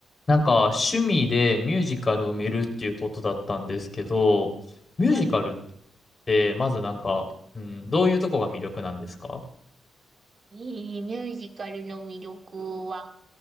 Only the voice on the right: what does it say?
はい。え
ー、ミュージカルの魅力は